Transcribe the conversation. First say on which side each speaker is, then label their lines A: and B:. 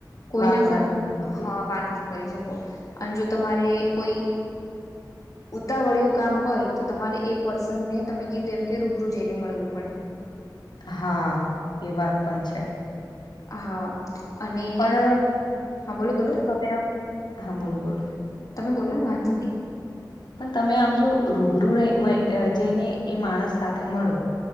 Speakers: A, on the left (about 45°); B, on the left (about 70°).
A: કોઈના
B: વાત
A: ફોન
B: ના કરી શકીએ
A: હા વાત ના કરી શકો અને જો તમારે કોઈ
B: <inaudible>
A: ઉતાવળિયું કામ હોય તો તમારે એ પર્સનને તમે કીધું એમ કે રૂબરૂ જઈને મળવું પડે.
B: હા એ વાત પણ છે.
A: હા અને
B: પણ
A: હા બોલો બોલો
B: જો તમે આમ હા બોલો બોલો
A: તમે બલોને વાંધોની
B: પણ તમે આમ જો રૂબરૂ <unintelligible> જઈને એ માણસ સાથે મળો